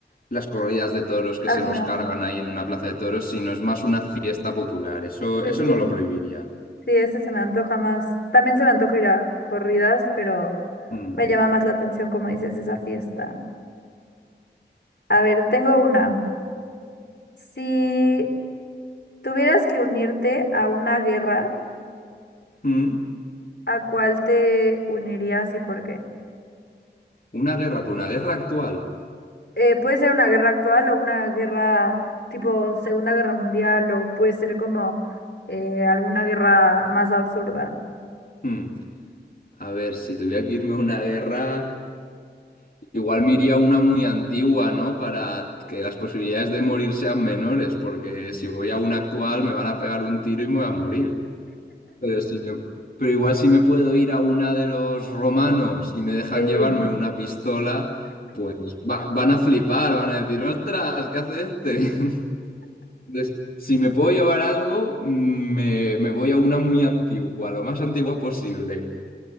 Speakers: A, on the left (about 50°); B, on the left (about 70°).
A: las corridas de toros que
B: Ajá,
A: se los cargan ahí en una plaza de toros, sino es más una fiesta popular. Eso,
B: sí,
A: eso
B: sí.
A: no lo prohibiría.
B: Sí, ese se me antoja más. También se me antoja ir a corridas, pero
A: Mm.
B: me llama más la atención, como dices, esa fiesta. A ver, tengo una. Si tuvieras que unirte a una guerra,
A: Mm.
B: ¿a cuál te unirías y por qué?
A: Una guerra, pero una guerra actual.
B: eh, puede ser una guerra actual o una guerra tipo Segunda Guerra Mundial o puede ser como eh, alguna guerra más absurda.
A: Mm. A ver, si tuviera que irme a una guerra, igual me iría a una muy antigua, ¿no? Para que las posibilidades de morir sean menores, porque si voy a una actual me van a pegar un tiro y me voy a morir. Pero, si me- pero igual si me puedo ir a una de los romanos y me dejan
B: Sí.
A: llevarme una pistola, pues va- van a flipar, van a decir, ostras, ¿qué hace este? <laughs> Entonces, si me puedo llevar algo, mm, me, me voy a una muy antigua, lo más antigua posible.